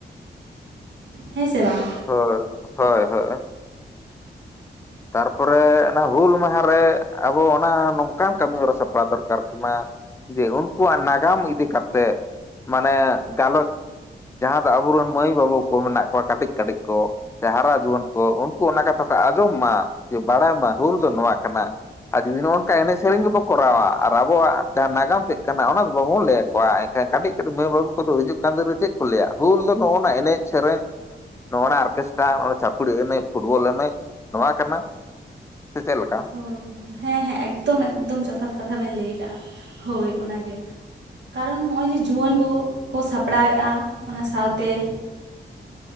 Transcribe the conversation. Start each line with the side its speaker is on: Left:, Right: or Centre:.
Right: ᱦᱮᱸ ᱥᱮ ᱵᱟᱝ?
Left: ᱦᱳᱭ ᱦᱚᱭ ᱦᱚᱭ᱾ ᱛᱟᱨᱯᱚᱨᱮ ᱚᱱᱟ ᱦᱩᱞ ᱢᱟᱦᱟᱨᱮ ᱟᱵᱚ ᱚᱱᱟ ᱱᱚᱝᱠᱟᱱ ᱠᱟᱹᱢᱤ ᱦᱚᱨᱟ ᱥᱟᱯᱲᱟᱣ ᱫᱚᱨᱠᱟᱨ ᱠᱟᱱᱟ ᱡᱮ ᱩᱱᱠᱩᱣᱟᱜ ᱱᱟᱜᱟᱢ ᱤᱫᱤ ᱠᱟᱛᱮᱜ, ᱢᱟᱱᱮ ᱜᱟᱞᱚᱪ ᱡᱟᱦᱟᱸ ᱫᱚ ᱟᱵᱚᱨᱮᱱ ᱢᱟᱹᱭ ᱵᱟᱹᱵᱩ ᱠᱚ ᱢᱮᱱᱟᱜ ᱠᱚᱣᱟ ᱠᱟᱹᱴᱤᱡ ᱠᱟᱹᱴᱤᱡ ᱠᱚ, ᱦᱟᱨᱟ ᱡᱩᱣᱟᱹᱱ ᱠᱚ ᱩᱱᱠᱩ ᱚᱱᱟ ᱠᱟᱛᱷᱟ ᱠᱚ ᱟᱸᱡᱚᱢ ᱢᱟ ᱡᱮ ᱵᱟᱲᱟᱭ ᱢᱟ ᱦᱩᱞ ᱫᱚ ᱱᱚᱣᱟ ᱠᱟᱱᱟ᱾ ᱟᱨ ᱡᱩᱫᱤ ᱱᱚᱜᱼᱚ ᱱᱚᱝᱠᱟ ᱮᱱᱮᱡ ᱥᱮᱨᱮᱧ ᱜᱮᱠᱚ ᱠᱚᱨᱟᱣᱟ, ᱟᱨ ᱟᱵᱚᱣᱟᱜ ᱡᱟᱦᱟᱸ ᱱᱟᱜᱟᱢ ᱪᱮᱫ ᱠᱟᱱᱟ ᱚᱱᱟ ᱫᱚ ᱵᱟᱵᱚᱱ ᱞᱟᱹᱭᱟᱠᱚᱣᱟ ᱮᱱᱠᱷᱟᱱ ᱠᱟᱹᱴᱤᱡ ᱠᱟᱹᱴᱤᱡ ᱢᱟᱹᱭ ᱵᱟᱹᱵᱩ ᱠᱚᱫᱚ ᱦᱤᱡᱩᱜ ᱠᱟᱱ ᱫᱤᱱ ᱨᱮ ᱪᱮᱫ ᱠᱚ ᱞᱟᱹᱭᱟ ᱦᱩᱞ ᱫᱚ ᱱᱚᱜᱼᱚᱱᱟ ᱮᱱᱮᱡ ᱥᱮᱨᱮᱧ
Right: ᱞᱮᱭ ᱢᱮ᱾
Left: ᱱᱚᱜᱼᱱᱟ ᱚᱨᱠᱮᱥᱴᱨᱟ, ᱱᱚᱜᱼᱚᱭ ᱪᱷᱟᱯᱲᱤ ᱮᱱᱮᱡ ᱯᱷᱩᱴᱵᱚᱞ ᱮᱱᱮᱡ ᱱᱚᱣᱟ ᱠᱟᱱᱟ ᱥᱮ ᱪᱮᱫ ᱞᱮᱠᱟ?
Right: ᱦᱳᱭ ᱦᱮᱸ ᱦᱮᱸ ᱮᱠᱫᱚᱢ ᱮᱠᱫᱚᱢ ᱡᱚᱛᱷᱟᱛ ᱠᱟᱛᱷᱟ ᱵᱮᱱ ᱞᱟᱹᱭ ᱠᱟᱜᱼᱟ ᱦᱳᱭ ᱚᱱᱟᱜᱮ᱾ ᱠᱟᱨᱚᱱ ᱦᱚᱸᱜᱼᱚᱭ ᱡᱮ ᱡᱩᱣᱟᱹᱱ ᱠᱚ ᱠᱚ ᱥᱟᱯᱲᱟᱣᱮᱜᱼᱟ ᱚᱱᱟ ᱥᱟᱶᱛᱮ